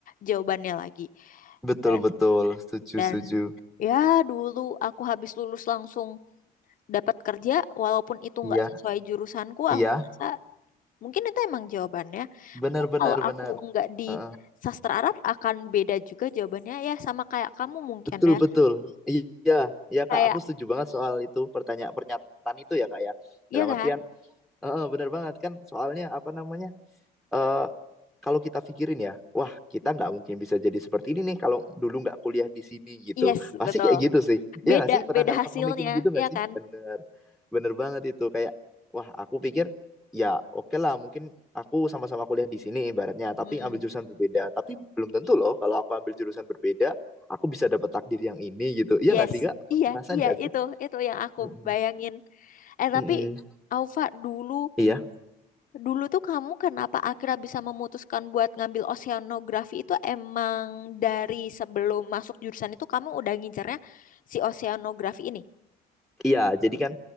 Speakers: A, on the left; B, in the centre.
A: jawabannya lagi.
B: Betul,
A: Dan,
B: betul. Setuju,
A: dan
B: setuju.
A: ya dulu aku habis lulus langsung dapat kerja, walaupun itu
B: Iya,
A: nggak sesuai jurusanku,
B: iya.
A: aku merasa Mungkin itu emang jawabannya.
B: Benar,
A: Mungkin
B: benar,
A: kalau Hmm.
B: benar.
A: aku nggak di
B: Heeh.
A: sastra Arab akan beda juga jawabannya ya sama kayak kamu mungkin
B: Betul,
A: ya.
B: betul. Iya, iya
A: Kayak
B: Kak, aku setuju banget soal itu pertanyaan pernyataan itu ya Kak ya.
A: ya
B: Dalam
A: kan?
B: artian, heeh, benar banget kan soalnya apa namanya? eh, kalau kita pikirin ya, wah kita nggak mungkin bisa jadi seperti ini nih kalau dulu nggak kuliah di sini gitu.
A: Yes,
B: Pasti
A: betul.
B: kayak gitu sih. Iya
A: Beda
B: nggak sih? Pernah
A: beda
B: nggak
A: hasilnya,
B: pernah mikirin gitu nggak
A: ya
B: sih?
A: kan?
B: Bener, bener banget itu. Kayak, wah aku pikir ya oke lah mungkin aku sama-sama kuliah di sini ibaratnya, tapi
A: Hmm.
B: ambil jurusan berbeda. Tapi belum tentu loh kalau aku ambil jurusan berbeda, aku bisa dapat takdir yang ini gitu. Iya
A: Yes.
B: nggak sih kak? Pernah
A: Iya,
B: Ngerasain
A: iya
B: nggak sih?
A: itu itu yang aku
B: Mm-mm.
A: bayangin. Eh tapi
B: Mm-mm.
A: Aufa dulu
B: Iya.
A: dulu tuh kamu kenapa akhirnya bisa memutuskan buat ngambil oceanografi itu emang dari sebelum masuk jurusan itu kamu udah ngincernya si oceanografi ini?
B: Iya, jadi kan